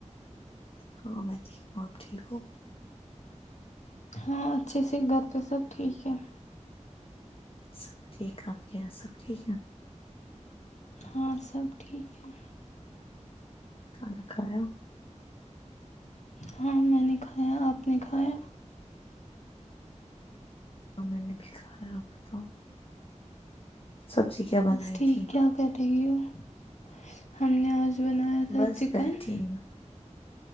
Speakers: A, on the left; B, on the left.
A: ہاں میں ٹھیک ہوں آپ ٹھیک ہووں <unintelligible>
B: ہاں اچھے سے گھر پہ سب ٹھیک ہے <unintelligible>
A: سب ٹھیک آپ کے یہاں سب ٹھیک ہے <unintelligible>
B: ہاں سب ٹھیک ہے <unintelligible>
A: کھانا کھایا <unintelligible>
B: ہاں میں نے کھایا آپ نے کھایا <unintelligible>
A: ہاں میں نے بھی کہا ہے آپ بتاؤ سبزی کیا
B: بس
A: بنائی
B: ٹھیک
A: تھی
B: کیا کر <unintelligible> ہم نے آج <unintelligible> بنایا تھا
A: بس
B: چکن
A: بیٹھی
B: <unintelligible>
A: ہوں